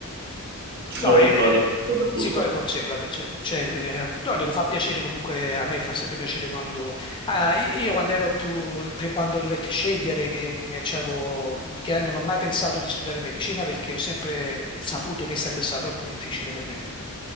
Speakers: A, on the right (about 50°); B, on the left (about 20°).
A: ci
B: No,
A: sono dei
B: eh,
A: pro e dei contro per
B: sì,
A: tutto.
B: poi con sé, vabbè, cioè, cioè, eh, appunto, no, dico, fa piacere comunque, a me fa sempre piacere quando... Ah, i- io quando ero più, prima quando dovetti scegliere, che, mh, c'avevo- che non ho mai pensato di studiare medicina perché ho sempre saputo che sarebbe stato troppo difficile per me.